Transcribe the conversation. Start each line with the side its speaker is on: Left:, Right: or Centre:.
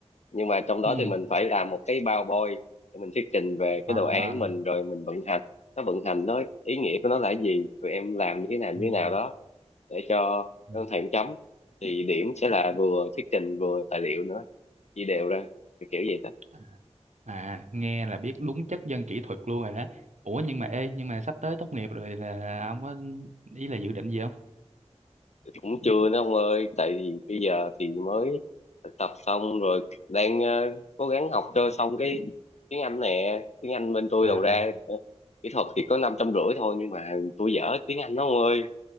Left: nhưng mà trong đó
Right: ừ
Left: thì mình phải làm một cái PowerPoint để mình thuyết trình về cái
Right: à,
Left: đồ án mình rồi mình vận hành nó vận hành nó ý nghĩa của nó là cái gì tụi em làm như thế nào như
Right: ừ.
Left: thế nào đó để cho
Right: ừ.
Left: đơn thầy chấm thì điểm sẽ là vừa thuyết trình vừa tài liệu nữa chia đều ra kiểu kiểu vậy đó
Right: à à, nghe là biết đúng chất dân kỹ thuật luôn rồi đó ủa nhưng mà ê nhưng mà sắp tới tốt nghiệp rồi là ông có ý là dự định gì không
Left: cũng chưa nữa ông ơi tại vì bây giờ thì mới thực tập xong rồi đang ờ, cố gắng học cho xong cái tiếng Anh nè tiếng Anh bên tôi
Right: à
Left: đầu ra ờ, kỹ thuật thì có năm trăm rưỡi thôi nhưng mà tôi dở tiếng Anh đó ông ơi